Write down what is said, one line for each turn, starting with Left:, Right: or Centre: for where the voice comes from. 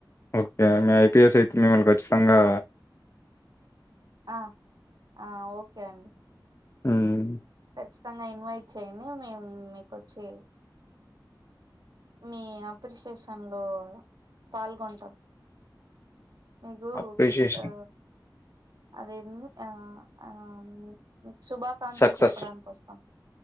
Left: ఓకే మె ఐపీఎస్ అయితే మిమ్మల్ని ఖచ్చితంగా
Right: ఆ ఆ ఓకే అండి
Left: ఉమ్మ్
Right: ఖచ్చితంగా ఇన్వైట్ చేయండి మేము మీకుొచ్చి మీ అప్రిషియేషన్లో పాల్గొంటాం మీకు
Left: అప్రిషియేషన్
Right: ఆ అదేంది ఆ ఆ మీకు శుభాకాంక్షలు
Left: సక్సెస్
Right: చెప్పడానికి వస్తాం